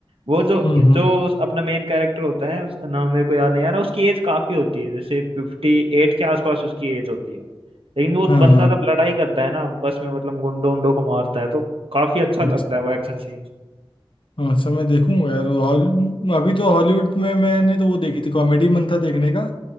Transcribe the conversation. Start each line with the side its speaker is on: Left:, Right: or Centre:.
Right: वो जो
Left: हम्म
Right: जो
Left: हम्म
Right: उस- अपना मेन कैरेक्टर होता है उसका नाम मेरे को याद नहीं आ रहा उसकी एज काफी होती है जैसे फिफ्टी एट के आसपास उसकी एज होती है लेकिन वो
Left: हाँ
Right: बंदा जब लड़ाई करता है ना बस में मतलब गुंडों उंडों को मारता है तो काफी अच्छा
Left: अच्छा
Right: लगता है वो एक्शन सीन
Left: अच्छा, मैं देखूंगा यार वो हॉल अभी तो हॉलीवुड में मैंने तो वो देखी थी कॉमेडी मन था देखने का